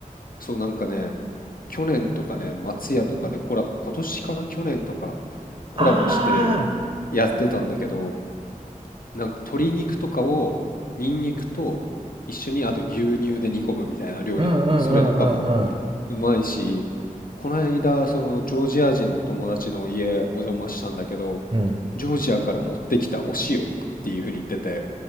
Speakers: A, on the left (about 75°); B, on the right (about 35°).
A: そう、なんかね、去年とかね、松屋とかでコラ、今年かな去年とかコラボしてやってたんだけど、
B: あ
A: なんか鶏肉とかをニンニクと一緒にあと牛乳で煮込むみたいな料理なんだけど、
B: あうんうんうんうんうん。
A: それとかもうまいし、この間そのジョージア人の友達の家お邪魔したんだけど、
B: うん。
A: ジョージアから持ってきたお塩っていうふうに言ってて、